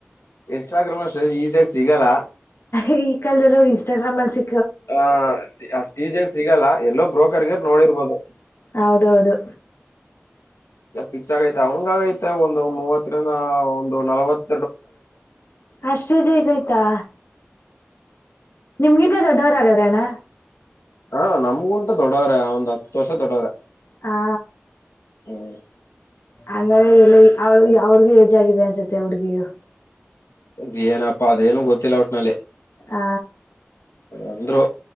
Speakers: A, on the left; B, on the left.
A: ಎಷ್ಟ ಆ ಕ್ರಮ ಅಷ್ಟೇ ಈಸಿ ಆಾಗಿ ಸಿಗಲ್ಲಾ
B: ಈ ಕಾಲ ಎಲ್ಲಾಗ ಇಸ್ಟಾಗ್ರಾಮ್ಲ್ಲಿ ಸಿ
A: ಹ ಅಷ್ಟೀಜಾಗ ಸಿಗಲ್ಲ ಎಲ್ಲೋ ಬ್ರೋಕರ್ಗರ್ ನೋಡಿರ್ಬೋದು
B: ಹೌದೌದು
A: ಯ ಪಿಕ್ಷ ಅವಂಗಗೈತೆ ಒಂದು ಮೂವತ್ತರಿಂದ ಒಂದು ನಲವತ್ತು
B: ಅಷ್ಟೇ ಜೈಗಯ್ತಾ ನಿಮ್ಗಿಂದ ದೊಡ್ಡವರ ಆಗಾದ್ರ ಅಣ್ಣ
A: ಹಾ ನಮ್ಗುಂಟಾ ದೊಡ್ಡವ್ರ ಒಂದ್ ಹತ್ತು ವರ್ಷ ದೊಡ್ಡವ್ರ
B: ಹಾ
A: ಹ್ಮ್
B: ಅಂಗ್ರ ಎಲ್ಲ ಅವ ಅವ್ರಿಗೂ ಹೆಜ್ ಆಗಿದೆ ಅನ್ಸತ್ತೆ ಹುಡ್ಗಿಗೂ
A: ಅದ್ ಏನಪ್ಪಾ ಅದೇನು ಗೊತ್ತಿಲ್ಲ ಒಟ್ನಲ್ಲಿ
B: ಆ
A: ಒಂದ್ರು